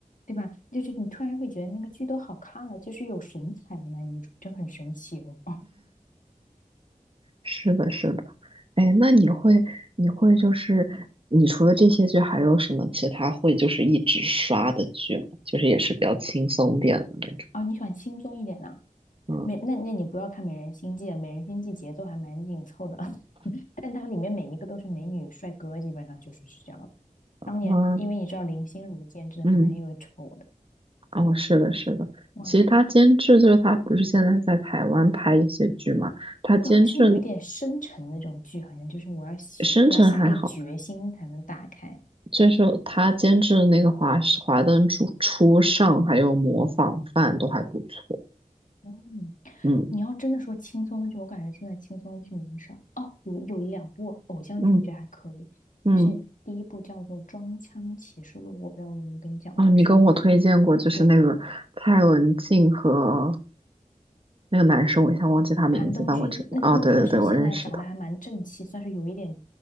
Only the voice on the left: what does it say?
对吧？就是你突然会觉得那个剧都好看了，就是有神采的男女主，真很神奇哦。
哦，你喜欢轻松一点的，
美，那那你不要看《美人心计》，《美人心计》节奏还蛮紧凑的，<laughs> 但它里面每一个都是美女帅哥，基本上就是是这样的。当年因为你知道林心如监制很难有丑的，
我还想
就好像有一点深沉那种剧，好像就是我要我要下定决心才能打开。
嗯，
你要真的说轻松的剧，我感觉现在轻松的剧蛮少。哦，有有一两部偶像剧，
我觉得还可以，
是第一部叫做《装腔启示录》，我不知道我有没有跟你讲过，
是一个
对，
韩东君那个那个算是现在长得还蛮正气，
算是有一点